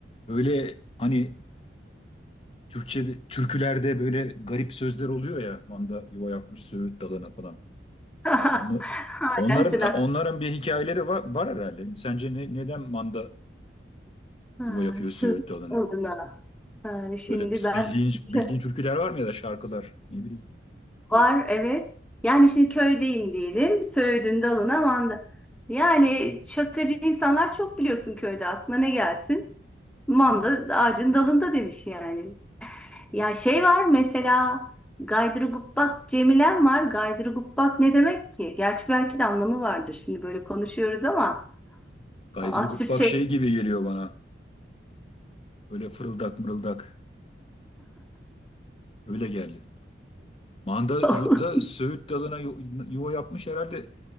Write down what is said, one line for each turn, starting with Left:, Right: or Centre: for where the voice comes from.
Left: Öyle hani Türkçe türkülerde böyle garip sözler oluyor ya manda yuva yapmış söğüt dalına falan.
Centre: <laughs>
Left: Onu
Centre: Hala
Left: onların
Centre: telaş.
Left: onların bir hikayeleri var, var herhalde. Sence ne, neden manda
Centre: Ha,
Left: yuva yapıyor
Centre: söyle
Left: söğüt dalına?
Centre: bana. Ha, şimdi
Left: Böyle biz
Centre: ben
Left: bildiğin
Centre: <laughs>
Left: bildiğin türküler var mı ya da şarkılar ne bileyim.
Centre: var evet. Yani şimdi köydeyim diyelim. Söğüdün dalına manda. Yani şakacı insanlar çok biliyorsun köyde. Aklına ne gelsin? Manda
Left: Hmm.
Centre: ağacın dalında demiş yani. Ya şey var mesela Gaydırgubbak Cemilen var. Gaydırgubbak ne demek ki? Gerçi belki de anlamı vardır. Şimdi böyle konuşuyoruz ama
Left: Gaydruguk
Centre: absürt
Left: bak
Centre: şey
Left: şey gibi geliyor bana. Böyle fırıldak mırıldak öyle geldi. Manda
Centre: <laughs>
Left: yu- da söğüt dalına yu- yuva yapmış herhalde.